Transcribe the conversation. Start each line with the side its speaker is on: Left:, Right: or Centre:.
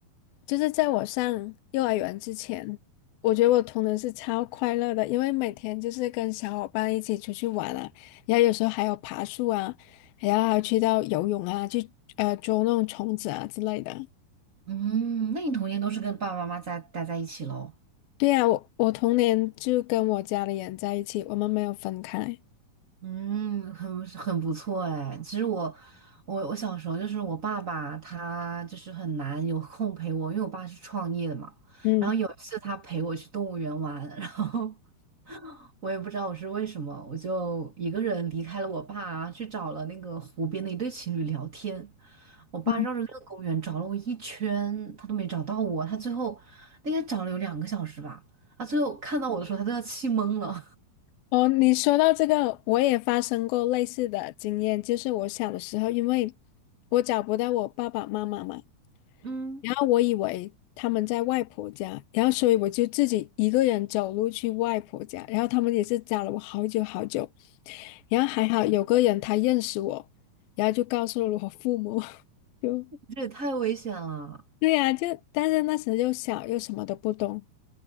Left: 就是在我上幼儿园之前，我觉得我童年是超快乐的，因为每天就是跟小伙伴一起出去玩啊，然后有时候还有爬树啊，然后还有去到游泳啊，去呃捉那种虫子啊之类的。
Right: 嗯，那你童年都是跟爸爸妈妈在待在一起喽？
Left: 对呀，我我童年就跟我家里人在一起，我们没有分开。
Right: 嗯，很很不错哎。其实我，我我小时候就是我爸爸，他就是很难有空陪我，因为我爸是创业的嘛。
Left: 嗯
Right: 然后有一次他陪我去动物园玩，然后 <laughs> 我也不知道我是为什么，我就一个人离开了我爸，去找了那个湖边的一对情侣聊天。我爸绕着那个公园找了我一圈，
Left: 嗯。
Right: 他都没找到我。他最后应该找了有两个小时吧，他最后看到我的时候，他都要气懵了。
Left: 哦，你说到这个，我也发生过类似的经验，就是我小的时候，因为我找不到我爸爸妈妈嘛。
Right: <laughs> 嗯。
Left: 然后我以为他们在外婆家，然后所以我就自己一个人走路去外婆家，然后他们也是找了我好久好久，然后还好有个人他认识我，然后就告诉了我父母，<laughs> 就
Right: 这也太危险了
Left: 对呀、就但是那时候又小又什么都不懂，